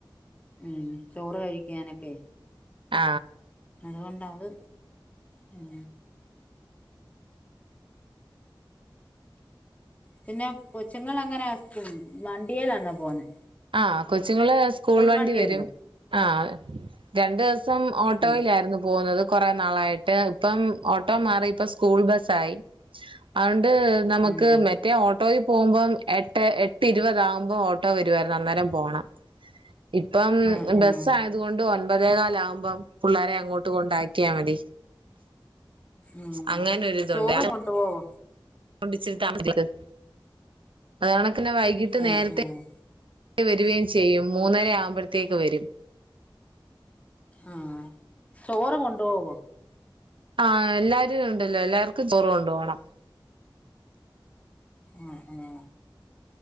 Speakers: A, on the left; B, on the right.
A: ഉം ചോറ് കഴിക്കാനൊക്കെ
B: ആ
A: അതുകൊണ്ടത് ഉം പിന്നെ കൊച്ചുങ്ങളെങ്ങന വണ്ടിയേലാന്നൊ പോന്ന്
B: ആ കൊച്ചുങ്ങള് സ്കൂൾ വണ്ടി
A: വണ്ടിയുണ്ടോ
B: വരും ആ രണ്ട് ദിവസം സം ഓട്ടോയിലായിരുന്നു
A: ഉം
B: പോകുന്നത് കൊറെ നാളായിട്ട് ഇപ്പം ഓട്ടോ മാറിപ്പ സ്കൂൾ ബസായി ണ്ട് നമുക്ക്
A: ആഹ്
B: മറ്റേ ഓട്ടോയി പോവുമ്പം എട്ട് എട്ടിരുപത് ആവുമ്പോ ഓട്ടോ വരും വരുവായിരുന്നു അന്നേരം പോണം ഇപ്പം
A: ആഹ്
B: ബസായത്
A: ആഹ്
B: കൊണ്ട് ഒ ഒമ്പതേകാലാവുമ്പം പുള്ളാരെ അങ്ങോട്ട് കൊണ്ടാക്കിയാ മതി
A: ഉം
B: അങ്ങനൊരിതൊണ്ട്
A: ചോറ് കൊണ്ടുപോവോ
B: <unintelligible> അതേണക്കിന് വൈകിട്ട്
A: ആഹ്
B: നേരത്തെ
A: ആഹ്
B: വരുവേം ചെയ്യും മൂന്നര ആവുമ്പോഴത്തേക്ക് വരും
A: ആ ചോറ് കൊണ്ടുപോവോ
B: ആ എല്ലാരും ഉണ്ടല്ലോ എല്ലാർക്കും ചോറ് കൊണ്ട്പോണം
A: ആ ആ